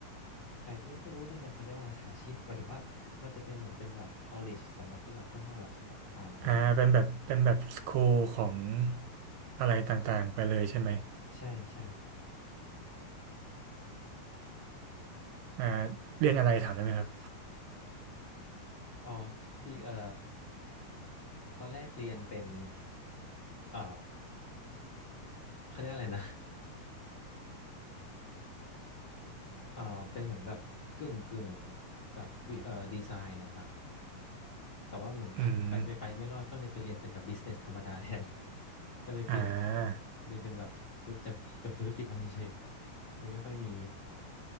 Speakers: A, on the left; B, on the right.
A: ใช่แต่ไม่ไม่รู้ที่ไทยเขาเรียกว่าอะไรสายอาชีพหมายถึงว่ามันจะเป็นเหมือนเป็นแบบ college สำหรับที่แบบค่อนข้างแบบเฉพาะทางอะไรอย่างเงี้ย
B: อ่าเป็นแบบเป็นแบบสคูลของอะไรต่างๆไปเลยใช่ไหม
A: ใช่ใช่ครับ
B: อ่าเรียนอะไรถามได้ไหมครับ
A: อ๋อที่เอ่อตอนแรกเรียนเป็นเอ่อเขาเรียกอะไรนะเอ่อเป็นเหมือนแบบกึ่งกึ่งแบบวิเอ่อดีไซน์นะครับแต่ว่าเหมือน <laughs> ไปไปไม่ไปไม่รอดก็เลยไปเรียนเป็นแบบ
B: อืม
A: business ธรรมดาแทน <laughs> ก็เลยเปลี่ยน
B: อ่า
A: เรียนเป็นแบบธุรจบจบธุรกิจมาเฉยๆเลยไม่ค่อยมี